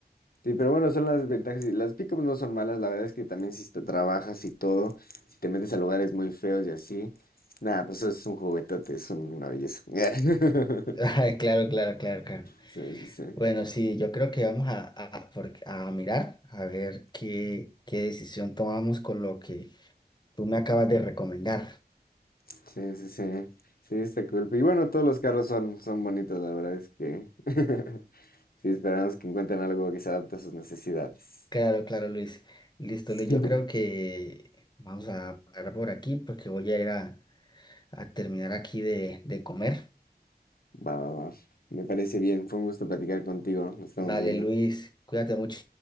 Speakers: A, on the left; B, on the left.
A: Sí, pero bueno, son las ventajas. y Las pickups no son malas, la verdad es que también si te trabajas y todo, si te metes a lugares muy feos y así, nada, pues eso es un juguetote, es un- una belleza. <laughs>
B: <laughs> Ay, Claro, claro, claro, claro.
A: Sí, sí, sí,
B: Bueno, sí, yo creo que vamos a, a, por- a mirar a ver qué, qué decisión tomamos con lo que tú me acabas de recomendar.
A: sí, sí, sí, sí, está cool. Y bueno, todos los carros son, son bonitos, la verdad es que <laughs> sí, esperamos que encuentren algo que se adapte a sus necesidades.
B: Claro, claro, Luis. Listo, Luis. Yo
A: <laughs>
B: creo que vamos a parar por aquí porque voy a ir a, a terminar aquí de, de comer.
A: Va, va, va. Me parece bien, fue un gusto platicar contigo, nos estamos
B: Vale,
A: viendo.
B: Luis, cuídate mucho.